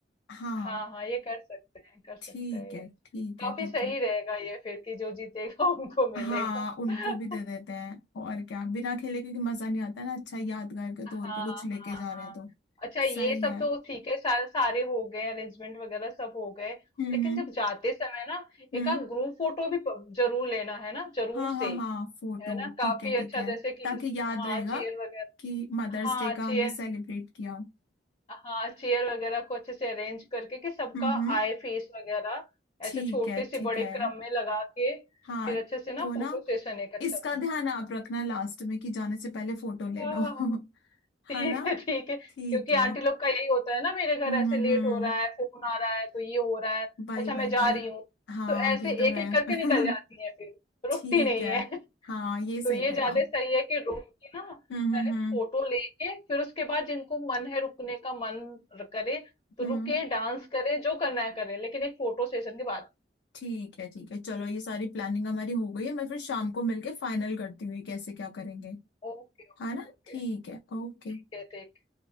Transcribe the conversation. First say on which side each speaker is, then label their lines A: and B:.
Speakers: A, on the left; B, on the left.
A: हाँ
B: हाँ हाँ ये कर सकते हैं कर सकते
A: ठीक
B: हैं
A: है
B: ये
A: ठीक
B: काफी
A: है ठीक
B: सही
A: है
B: रहेगा ये फिर कि जो जीतेगा <laughs> उनको मिलेगा
A: हाँ उनको
B: <laughs>
A: भी दे देते हैं और क्या बिना खेले क्योंकि मजा नहीं आता ना अच्छा यादगार के तौर
B: हाँ
A: पे कुछ लेके
B: हाँ
A: जा
B: हाँ
A: रहे हैं तो
B: अच्छा ये
A: सही
B: सब
A: है
B: तो ठीक है सारे सारे हो गए अरेंजमेंट वगैरह सब हो गए
A: हम्म
B: लेकिन
A: हम्म
B: जब जाते समय ना
A: हम्म
B: एक आध ग्रुप फोटो भी प- जरूर लेना है ना जरूर
A: हाँ
B: से
A: हाँ हाँ फोटो
B: है ना
A: ठीक
B: काफी
A: है ठीक
B: अच्छा
A: है
B: जैसे कि
A: ताकि
B: इस
A: याद
B: हाँ
A: रहेगा
B: चेयर वगैरह
A: कि मदर्स
B: हाँ
A: डे
B: चेयर
A: का हमने सेलिब्रेट किया
B: हाँ चेयर वगैरह को अच्छे से अरेंज करके कि सबका
A: हम्म हम्म
B: आए फेस वगैरह
A: ठीक
B: ऐसे छोटे
A: है
B: से
A: ठीक
B: बड़े
A: है
B: क्रम में लगा के
A: हाँ
B: फिर अच्छे से ना
A: तो
B: फोटो
A: ना
B: सेशन एक अच्छा
A: इसका
B: सा
A: ध्यान आप रखना लास्ट में कि जाने से पहले फोटो ले
B: हाँ,
A: लो
B: हाँ,
A: <laughs>
B: हाँ। ठीक
A: है ना
B: है ठीक है क्योंकि
A: ठीक है
B: आंटी लोग का यही होता है ना मेरे घर
A: हम्म
B: ऐसे
A: हम्म
B: लेट
A: हम्म
B: हो रहा है फोन आ रहा है तो ये हो रहा है
A: बाई
B: अच्छा मैं
A: बाई
B: जा
A: बाई
B: रही हूँ
A: हाँ
B: तो ऐसे
A: ये तो
B: एक
A: है
B: एक करके
A: <laughs>
B: निकल जाती है फिर रुकती
A: ठीक
B: नहीं
A: है
B: है <laughs>
A: हाँ ये सही
B: तो ये
A: रहेगा
B: ज्यादा सही है कि रुक के ना
A: हम्म
B: पहले
A: हम्म हम्म
B: फोटो लेके फिर उसके बाद जिनको मन है रुकने का मन र- करे तो
A: हम्म
B: रुके डांस करें जो करना है करें लेकिन एक फोटो सेशन के बाद
A: ठीक है ठीक है चलो ये सारी प्लानिंग हमारी हो गई है मैं फिर शाम को मिलके फाइनल करती हूँ ये कैसे क्या करेंगे
B: Okay okay
A: है ना
B: okay
A: ठीक है ओके
B: ठीक है ठीक है।